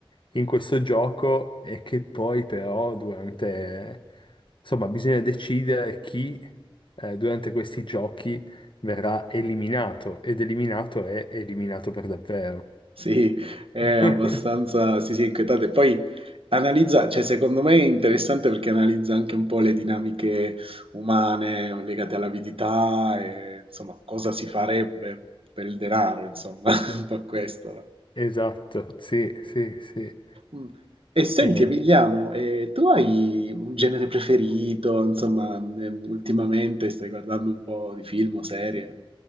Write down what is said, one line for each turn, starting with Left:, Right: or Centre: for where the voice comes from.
Left: in questo gioco e che poi però durante, insomma, bisogna decidere chi eh, durante questi giochi verrà eliminato ed eliminato è eliminato per davvero.
Right: Sì, è
Left: <laughs>
Right: abbastanza, sì, sì, inquietante. Poi analizza, cioè secondo me è interessante perché analizza anche un po' le dinamiche umane legate all'avidità e insomma cosa si farebbe per il denaro, insomma, <laughs> un po' questo. no?
Left: Esatto, sì, sì, sì.
Right: Mm. E senti
Left: Eh,
Right: Emiliano, eh, tu hai un genere preferito? Insomma, ehm, ultimamente stai guardando un po' di film o serie?